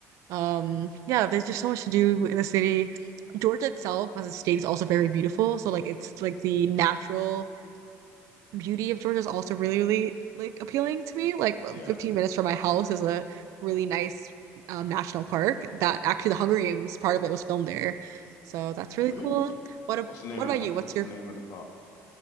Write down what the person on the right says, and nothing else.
Um, yeah, there's just so much to do in the city. Georgia itself as a state is also very beautiful. So like it's like the natural beauty of Georgia is also really, really like appealing to me. Like well,
15 minutes from my house is a really nice um national park that actually the Hunger Games part of it was filmed there. So that's really
cool. What ab-
what about
you? What's
your